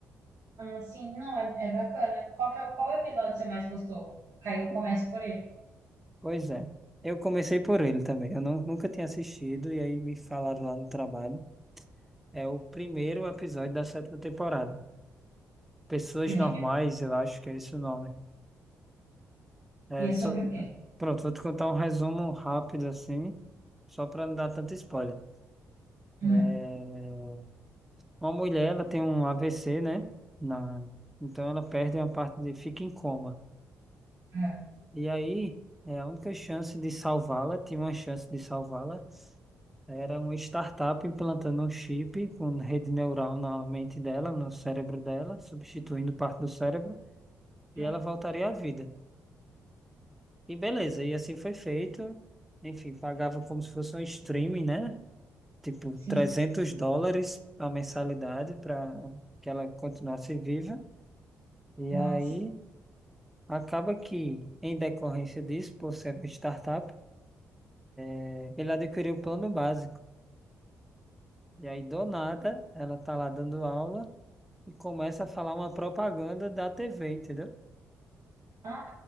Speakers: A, on the right; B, in the centre.
A: Ah, sim, não, é, é bacana. Qual que é, o- qual episódio você mais gostou? Caiu, começo por ele.
B: Pois é. Eu comecei por ele também. Eu não, nunca tinha assistido, e aí me falaram lá no trabalho. É o primeiro episódio da sétima temporada. Pessoas
A: Primeiro?
B: Normais, eu acho que é esse o nome. é
A: E
B: só-
A: é sobre o quê?
B: Pronto, vou te contar um resumo rápido assim, só para não dar tanto spoiler. É,
A: Hum,
B: Uma mulher, ela tem um AVC, né? Na... Então ela perde uma parte de... fica em coma.
A: é.
B: E aí, é, a única chance de salvá-la, tinha uma chance de salvá-la, era uma startup implantando um chip com rede neural na mente dela, no cérebro dela, substituindo parte do cérebro, e
A: Hum,
B: ela voltaria à vida. E beleza, e assim foi feito. Enfim, pagava como se fosse um streaming, né? tipo
A: Sim,
B: 300 dólares a mensalidade para que ela continuasse viva. E
A: nossa.
B: aí acaba que, em decorrência disso, por ser uma startup, eh, ele adquiriu o plano básico. E aí, do nada, ela tá lá dando aula e começa a falar uma propaganda da TV, entendeu?
A: Ah,